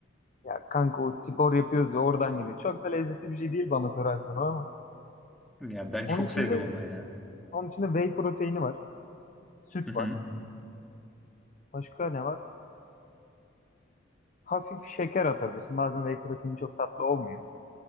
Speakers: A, on the left; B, in the centre.
A: Ya kanka o spor yapıyoruz ya oradan geliyor. Çok da lezzetli bir şey değil bana sorarsan o ama.
B: Ya ben
A: Onun
B: çok
A: içinde
B: sevdim ama ya.
A: onun içinde whey proteini var. Süt
B: Hı hı.
A: var. Başka ne var? Hafif şeker atabilirsin. Bazen whey proteini çok tatlı olmuyor.